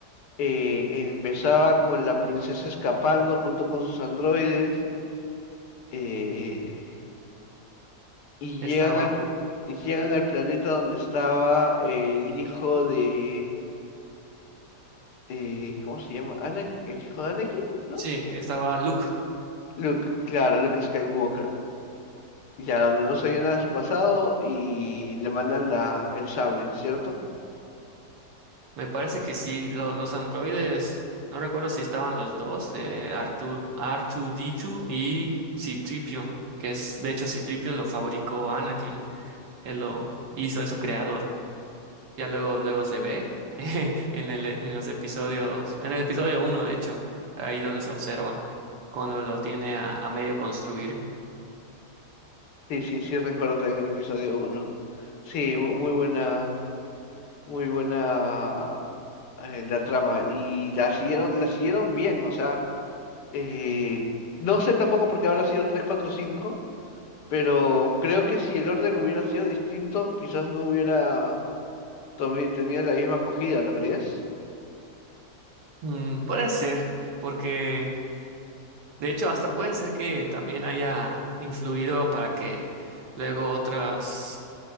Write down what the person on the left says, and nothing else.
eh, empezaba con la princesa escapando junto con sus androides eh, y
llegan al, pl- y llegan al planeta donde estaba el hijo de... eh, ¿cómo se llama? Ana- el hijo de Anakin, ¿no?
Luke, claro, Luke Skywalker. Ya, donde no se oye nada de su pasado y le mandan la, el sable, ¿cierto?
Sí, sí, sí, recuerdo también el episodio uno Sí, mu- muy buena, muy buena eh, la trama. Y la siguieron, la siguieron bien, o sea, eh, no sé tampoco porque habrá sido 3 4 cinco pero creo que si el orden hubiera sido distinto, quizás no hubiera tomi- tenido la misma acogida, ¿no crees?